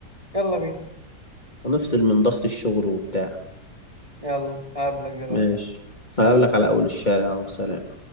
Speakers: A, on the right (about 20°); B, on the left (about 25°).
A: يلا بينا
B: ونفصل من ضغط الشغل وبتاع
A: يلا هقابلك دلوقتي
B: ماشي
A: سلام
B: هقابلك على أول الشارع وسلام